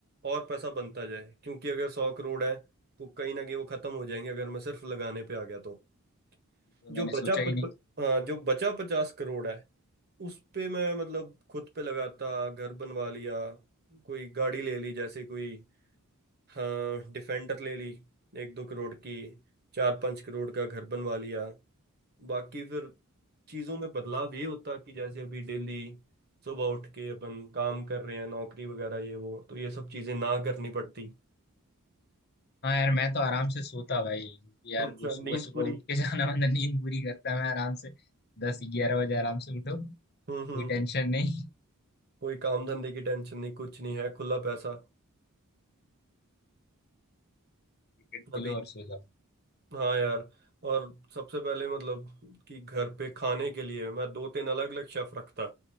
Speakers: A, on the right; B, on the left.
A: और पैसा बनता जाए क्योंकि अगर सौ करोड़ है तो कहीं ना कहीं वो खत्म हो जाएंगे अगर मैं सिर्फ लगाने पे आ गया तो
B: तो
A: जो
B: मैंने
A: बचा
B: सोचा
A: प,
B: ही
A: प-
B: नहीं
A: हाँ जो बचा पचास करोड़ है उस पे मैं मतलब खुद पे लगाता घर बनवा लिया कोई गाड़ी ले ली जैसे कोई हाँ डिफेंडर ले ली एक दो करोड़ की चार पांच करोड़ का घर बनवा लिया बाकी फिर चीजों में बदलाव ये होता कि जैसे अभी डेली सुबह उठ के अपन काम कर रहे हैं नौकरी वगैरह ये वो तो ये सब चीजें ना करनी पड़ती
B: हाँ यार मैं तो आराम से सोता भाई यार
A: <laughs> अच्छा
B: वो सुबह
A: नींद
B: सुबह
A: पूरी
B: उठ के <laughs> जाना वाना नींद पूरी करता मैं आराम से दस ग्यारह बजे आराम से उठो कोई
A: हम्म हम्म
B: टेंशन नहीं
A: कोई काम धंधे की टेंशन नहीं कुछ नहीं है खुला पैसा
B: क्रिकेट खेलो
A: अभी
B: और सो जाओ
A: हाँ यार और सबसे पहले मतलब कि घर पे खाने के लिए मैं दो तीन अलग अलग शेफ रखता